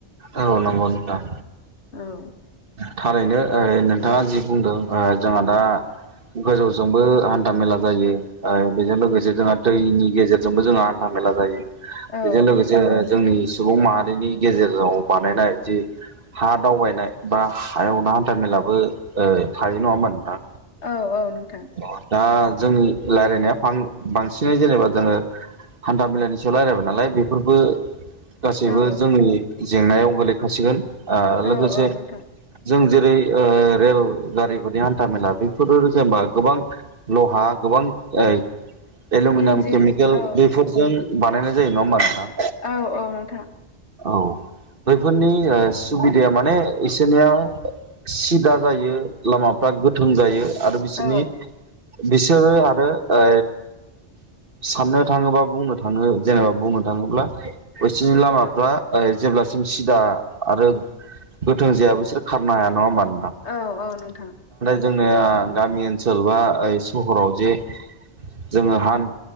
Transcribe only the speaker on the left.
औ
औ
औ औ नोंथां
औ
औ औ नोंथां
इन्जिन
औ
औ औ नोंथां
औ
औ औ नोंथां